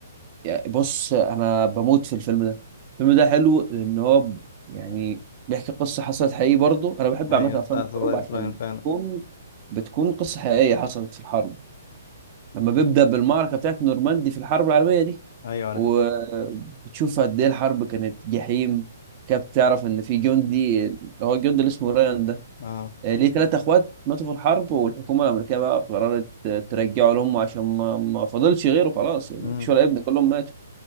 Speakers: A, on the right; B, on the left.
A: يعني بص انا بموت في الفيلم ده الفيلم ده حلو لان هو ب- يعني بيحكي قصة حصلت حقيقي برضو انا بحب
B: ايوه
A: عامة افلام
B: بتاعت
A: الحروب
B: برايفت
A: عشان
B: رايان فعلا
A: بتكون بتكون قصة حقيقية حصلت في الحرب لما بيبدأ بالمعركة بتاعت نورماندي في الحرب العالمية دي
B: ايوه عارف
A: وبتشوف قد ايه الحرب كانت جحيم كاب تعرف ان في جندي اللي هو الجندي اللي اسمه رايان ده
B: اه
A: آه، ليه ثلاثة اخوات ماتوا في الحرب والحكومة الامريكية بقى قررت آه، ترجعه لهم عشان ما ما فاضلش غيره خلاص يعني
B: امم
A: مفيش ولا ابن كلهم ماتوا